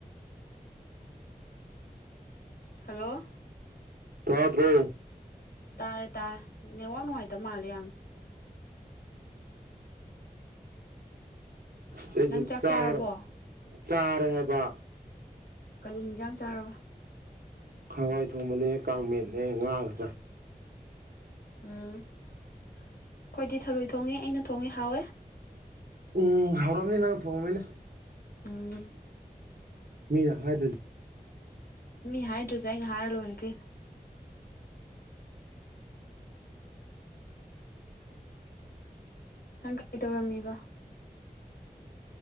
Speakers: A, on the left; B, on the right.
A: hello
B: ꯊꯥ ꯇ꯭ꯔꯣ
A: ꯇꯥꯔꯦ ꯇꯥꯔꯦ ꯅꯦꯠꯋꯥꯛ ꯅꯨꯡꯉꯥꯏꯇꯕ ꯃꯥꯜꯂꯦ ꯌꯥꯝ
B: ꯁꯤꯁꯨ
A: ꯅꯪ ꯆꯥꯛ
B: ꯆꯥꯔ
A: ꯆꯥꯔꯕꯣ
B: ꯆꯥꯔ ꯍꯥꯏꯕ
A: ꯀꯔꯤ ꯌꯦꯟꯖꯥꯡ ꯆꯥꯔꯕ
B: ꯍꯋꯥꯏ ꯊꯣꯡꯕꯅꯦ ꯀꯥꯡ ꯃꯠꯅꯦ ꯉꯥꯒ ꯆ
A: ꯎꯝ ꯑꯩꯈꯣꯏꯗꯤ ꯊꯔꯣꯏ ꯊꯣꯡꯉꯦ ꯑꯩꯅ ꯊꯣꯡꯉꯦ ꯍꯥꯎꯋꯦ
B: ꯎꯝ ꯍꯧꯔꯑꯅꯤ ꯅꯪ ꯊꯣꯡꯉꯕꯅꯦ
A: ꯎꯝ
B: ꯃꯤꯅ ꯍꯥꯏꯗ
A: ꯃꯤ ꯍꯥꯏꯗ꯭ꯔꯁꯦ ꯑꯩꯅ ꯍꯥꯏꯔ ꯂꯣꯏꯔꯒꯦ ꯇꯪ ꯀꯥꯏ ꯇꯧꯔꯝꯃꯤꯕ